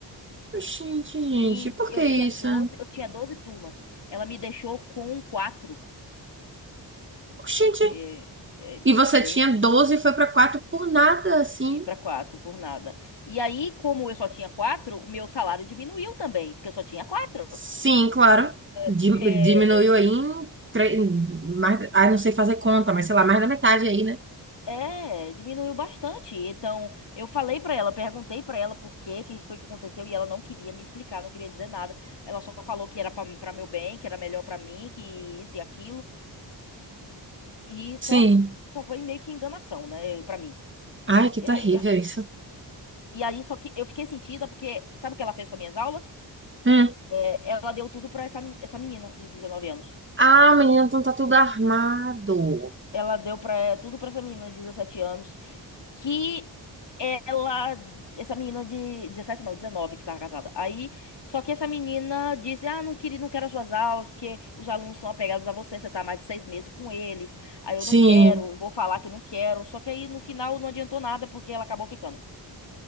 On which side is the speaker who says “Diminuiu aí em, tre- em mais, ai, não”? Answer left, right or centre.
Right